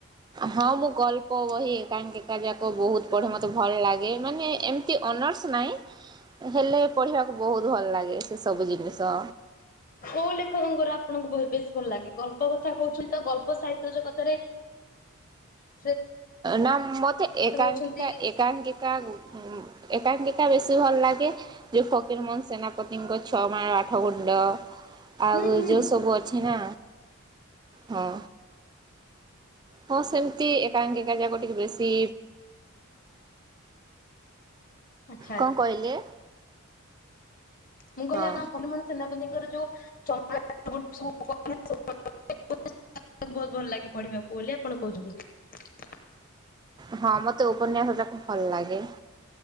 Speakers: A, on the right (about 20°); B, on the left (about 40°).
A: ହଁ ମୁଁ ଗଳ୍ପ ବହି କାହିଁକି ଏକା ଯାକ ବହୁତ ପଢେ। ମତେ ଭଲ ଲାଗେ। ମାନେ ଏମିତି ନର୍ସ ନାହିଁ। ହେଲେ ପଢିବାକୁ ବହୁତ ଭଲ ଲାଗେ ସେ ସବୁ ଜିନିଷ।
B: କୋଉ ଲେଖକଙ୍କର ଆପଣଙ୍କୁ ବହୁ ବେଶ୍ ଭଲ ଲାଗେ। ଗଳ୍ପ କଥା କହୁଛି ତ ଗଳ୍ପ ସାହିତ୍ୟ କଥାରେ <inaudible>
A: ନା ମତେ ଏକାଙ୍କିକା
B: ହଉଛନ୍ତି
A: ଏକାଙ୍କିକା ଏକାଙ୍କତା ବେଶୀ ଭଲ ଲାଗେ। ଲାଗେ ଯୋଉ ଫକିରମୋହନ ସେନା ପତିଙ୍କ ଛଅ ମାଳ ଆଠ ଗୁଣ୍ଡ ଆଉ
B: ହୁଁ ହୁଁ
A: ଯେଉଁ ସବୁ ଅଛି ନା। ହଁ ହଁ ସେମିତି ଏ କାହିଙ୍କିକା ଯାକ ଟିକେ ବେଶୀ
B: ଆଚ୍ଛା ଆଚ୍ଛା
A: କଣ କହିଲେ?
B: ମୁଁ କହିଲି
A: ହଁ
B: ଆମ ଫକୀ ମୋହନ ସେନା ର ଯୋଉ <unintelligible> ଙ୍କୁ ବହୁତ ଭଲ ଲାଗେ ପଢିବାକୁ ବୋଲି ଆପଣ କହୁଛନ୍ତି।
A: ହଁ ମୋତେ ଉପନ୍ୟାସଟା ଖୁବ୍ ଭଲ ଲାଗେ।